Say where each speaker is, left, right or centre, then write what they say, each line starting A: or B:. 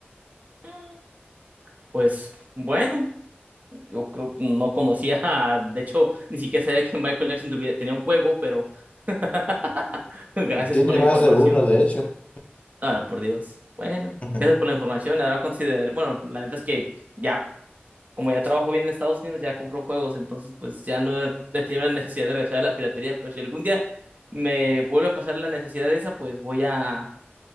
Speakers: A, on the right (about 40°); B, on the left (about 35°).
A: Mm. Pues bueno. Yo creo que no conocía, <laughs> de hecho, ni siquiera sabía que Michael Jackson tuviera- tenía un juego, pero <laughs> gracias
B: Tiene
A: por la
B: más
A: información.
B: de uno, de hecho.
A: Ah, por Dios. Bueno,
B: <laughs>
A: gracias por la información. Ahora consideraré, bueno, la neta es que ya, como ya trabajo bien en Estados Unidos, ya compro juegos, entonces pues ya no he he tenido la necesidad de regresar a la piratería, pero si algún día me vuelve a pasar la necesidad de esa, pues voy a